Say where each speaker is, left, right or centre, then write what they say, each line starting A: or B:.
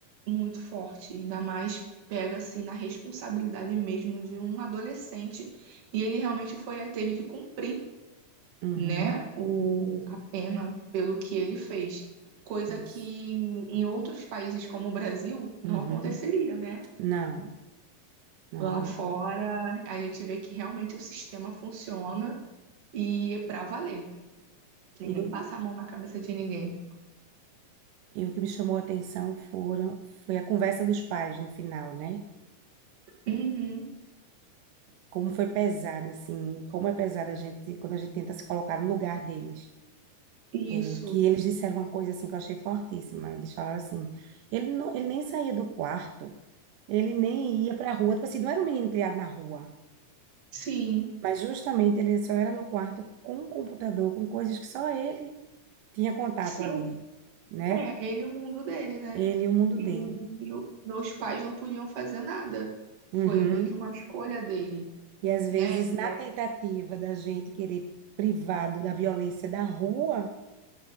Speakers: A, on the right; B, on the right.
A: muito forte. Ainda mais pega, assim, na responsabilidade mesmo de um adolescente. E ele realmente foi, teve que cumprir,
B: Uhum,
A: né, o, a pena pelo que ele fez. Coisa
B: isso.
A: que em outros países como o Brasil não
B: Uhum.
A: aconteceria, né?
B: Não, não.
A: Lá
B: E
A: fora, a gente vê que realmente o sistema funciona e é pra valer. Ninguém
B: e o
A: passa a mão na cabeça de ninguém.
B: e o que me chamou a atenção foram, foi a conversa dos pais no final, né?
A: Uhum,
B: Como foi pesada, assim, como é pesada a gente, quando a gente tenta se colocar no lugar deles.
A: isso.
B: É Que eles disseram uma coisa, assim, que eu achei fortíssima. Eles falaram assim, ele, não, ele nem saía do quarto, ele nem ia para a rua. Tipo assim, não era um menino criado na rua.
A: Sim.
B: Mas justamente ele só era no quarto com o computador, com coisas que só ele tinha contato
A: Sim,
B: ali,
A: o-
B: né?
A: é, ele e o mundo dele, né?
B: Ele e o mundo
A: E
B: dele.
A: o- meus pais não podiam fazer nada. Foi
B: Uhum.
A: meio que uma escolha dele,
B: E às
A: né?
B: vezes,
A: Que
B: na
A: é-
B: tentativa da gente querer privado da violência da rua,